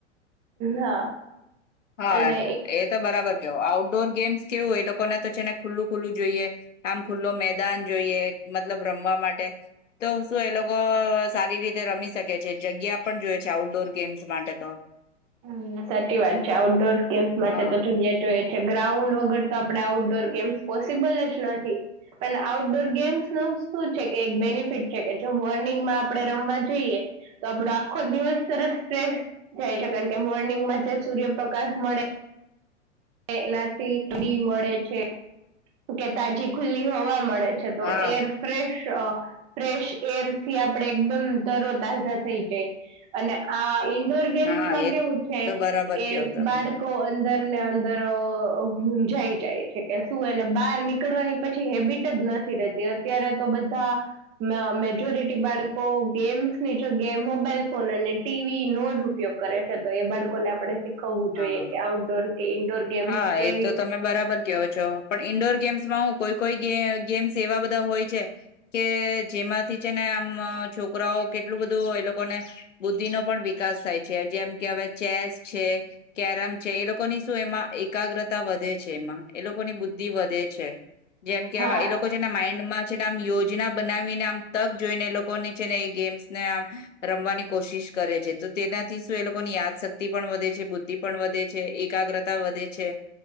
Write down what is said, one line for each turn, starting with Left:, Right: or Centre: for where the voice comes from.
Right: હા
Left: હા
Right: અને
Left: એ તો બરાબર કેવ આઉટડોર ગેમ્સ કેવું હોય એ લોકોને તો છે ને ખુલ્લું ખુલ્લું જોઈએ આમ ખુલ્લ મેદાન જોઈએ મતલબ રમવા માટે તો શું એ લોકો સારી રીતે રમી શકે છે જગ્યા પણ જોય છે આઉટડોર ગેમ્સ માટે તો
Right: હમ સાચ ચી વાત છે આઉટડોર ગેમ્સ માટે
Left: હા
Right: તો જગ્યાએ જોએ ગ્રાઉન્ડ વગર તો આપણેે આઉટડોર ગેમ્સ પોસિબલ જ નથી પણ આઉટડોર ગેમ્સનુ શું છે કે એક બેનિફિટ છે કે જો મોર્નિંગમાં આપણે રમવા જઈએ તો આપડો આખો દિવસ સરસ ફ્રેસ જાય છે કારણ કે મોર્નિંગમાં જે સૂર્યપ્રકાશ મળે એનાથી ફ્રી મળે છે કે તાજી ખુલ્લી હોવા મળે મળે છે તો
Left: હા
Right: એર ફ્રેશ ફ્રેશ એરથી આપણેે એકદમ તરો તજા થઈ જાય અને આ ઈન્ડોર ગેમ્સમાં
Left: હા એ
Right: કેવું છે
Left: તો બરાબર
Right: કે
Left: કેવો તમે
Right: બાળકો અંદર ને અં દરો મુંજાઈ જાય છે કે શું એને બહાર નીકળવાની પછી હેબિટ જ નથી રહેતી અત્યારે તો બધા મેજોરિટી બાળકો ગેમ્સની જગ્યાએ મોબાઈલ ફોન અને ટીવીનો જ ઉપયોગ કરે છે તો એ બાળકોને આપણે શીખવું
Left: હા
Right: જોઈએ કે આઉટડોર ઈન્ડોર ગેમ્સ
Left: હા
Right: કઈ
Left: એ તો તમે બરાબર કેવો છો. પણ ઈન્ડોર ગેમ્સમાં હું કોઈ કોઈ ગેમ્સ એવા બધા હોય છે કે જેમાંથી છે ને આમ છોકરાઓ કેટલું બધું એ લોકોને બુદ્ધિનો પણ વિકાસ થાય છે જેમ કે હવે ચેસ છે. કેરમ છે એ લોકોની શું એમાં એકાગ્રતા વધે છે એમાં એ લોકોની બુદ્ધિ વધે છે. જેમ કે એ
Right: હા
Left: લોકો જેના માઇન્ડમાં આમ યોજના બનાવીને આમ તક જોઈને એ લોકોને છે ને એ ગેમ્સને આમ રમવાની કોશિશ કરે છે તો તેનાથી શું એ લોકોની યાદશક્તિ પણ વધે છે બુ દ્ધિ પણ વધે છે એકાગ્રતા વધે છે.